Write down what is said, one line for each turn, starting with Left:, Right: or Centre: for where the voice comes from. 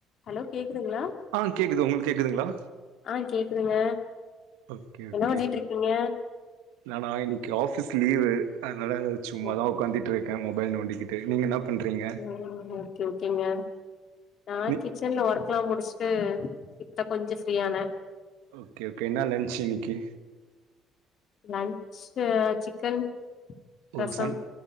Left: Hello கேக்குதுங்ளா
Right: ஆ கேக்குது உங்குளுக்கு கேக்குதுங்ளா
Left: ஆ கேக்குதுங்க
Right: ஓகே
Left: என்ன
Right: ஓகே
Left: பண்ணிட்ருக்கிங்க
Right: நானா இன்னிக்கு ஆஃபிஸ் லீவு அதனால சும்மாதா
Left: ம்
Right: ஒக் க்காந்திட்ருக்கே மொபைல் நோண்டிகிட்டு நீங்க என்ன பண்றீங்க
Left: ம் ஓகே ஓகேங்க நா
Right: நீ
Left: கிச்சன்ல ஒர்க்லா முடிச்சிட்டு இப்ப கொஞ்சோ ஃப்ரீ ஆன
Right: ஓகே ஓகே இன்னா லன்ச் இன்னைக்கி
Left: லன்ச்சு சிக்கன்
Right: ஓ
Left: ரசம்
Right: சன்